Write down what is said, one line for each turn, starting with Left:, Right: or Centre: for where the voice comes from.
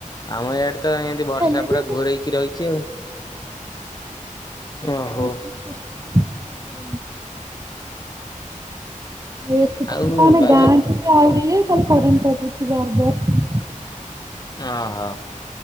Left: ଆମ ଏଆଡ଼େତ ଏମିତି ବର୍ଷା
Right: ହେଲେ ବି
Left: ପୁରା ଘୋରେଇକି ରହିଚି ଆଉ। ଓହୋ।
Right: ଝିପ୍ ଝିପ୍ ବର୍ଷା ହେଉଥିଲେ ହୁଏ ଏଠିତ
Left: ଆଉ
Right: ଯାହା
Left: ଭାଉଜ
Right: ଗାଁଠୁ ଏଠି ଆହୁରି ଇଏ ଖାଲି କରେଣ୍ଟ କାଟୁଚି ବାରବାର।
Left: ଓହୋ।